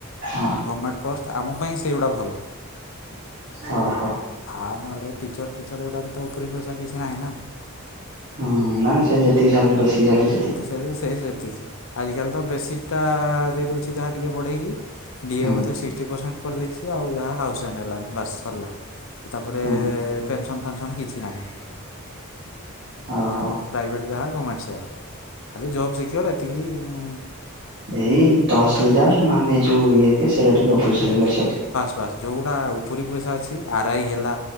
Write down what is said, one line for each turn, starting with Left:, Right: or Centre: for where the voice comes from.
Right: ହଁ।
Left: ଗମେଣ୍ଟ ପୋଷ୍ଟ ଆମ ପାଇଁ ସେଇଗୁଡ଼ା ଭଲ।
Right: ହଁ ହଁ।
Left: ହ ନହେଲେ ଟିଚର ଫିଚର ଏଗୁଡାରେ ତ ଉପରେ ପଇସା କିଛି ନାହିଁ ନା।
Right: ହୁଁ ମାନ ସେଇ ଯେତିିକ ସାଲେରୀ ବେ
Left: କିନ୍ତୁ ସେ ସେ ସେତିକି ଆଜିିକାଲି ତ ବେସିକ ଟା ଦେଇ ଦଉଛି ଯାହା ଟିକେ ବଢେଇକି। ଡିଏ
Right: ହୁଁ
Left: ବୋଧେ ସିକ୍ସଟି ପରସେଣ୍ଟ କରିଦେଇଛି ଆଉ ଯାହା ହାଉସରେଣ୍ଡ ହେଲା ବାସ ସରିଲା। ତାପରେ
Right: ହୁଁ
Left: ପେନ୍ସନ୍ ଫେନ୍ସନ୍ କିଛି ନାହିଁ
Right: ଓହୋ
Left: ତେଣୁ ପ୍ରାଇଭେଟ୍ ଯାହା ଗମେଣ୍ଟ ଖାଲି ଜୋବ୍ ସିକ୍ୟୋର ଏତିକି ଉଁ
Right: ଏଇ ତହସିଲଦାର ମାନେ ଯୋଉ ଇଏ ଫିଏ ସେଇଟା ଟିକେ ଅପରିସାରେ ଅଛି ଆଉ।
Left: ବାସ ଯେଉଁଗୁଡ଼ା ଉପରି ପଇସା ଅଛି ଆର ଆଇ ହେଲା